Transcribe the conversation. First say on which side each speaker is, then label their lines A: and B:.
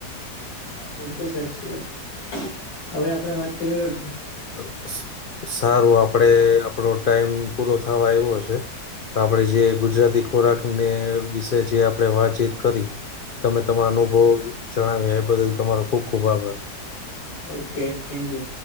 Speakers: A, on the left (about 85°); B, on the left (about 35°).
A: હા બિલકુલ સાચી વાત, હવે આપણેે વાત કરીઔ
B: અ સ સારું આપડે આપડો ટાઈમ પૂરો થવા આયવો હશે, તો આપણેે જે ગુજરાતી ખોરાક ને વિશે જે આપણેે વાતચીત કરી. તમે તમા અનુભવો જણાવ્યા એ બદલ તમારો ખુબ ખુબ આભાર.
A: Okay thank you.